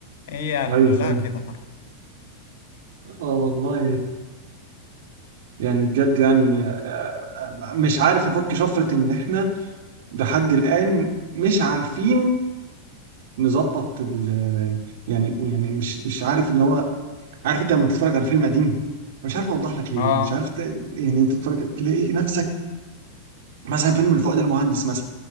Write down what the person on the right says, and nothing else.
ايوه
فاهم
اه والله يعني بجد يعني آه، آه، مش عارف افك شفرة ان احنا لحد الان مش عارفين نظبط ال يعني يعني مش مش عارف اللي هو عارف انت لما تتفرج على فيلم قديم مش عارف اوضح لك ليه
مش عارف ت- يعني انت تتفرج تلاقي نفسك مثلا فيلم الفؤاد المهندس مثلا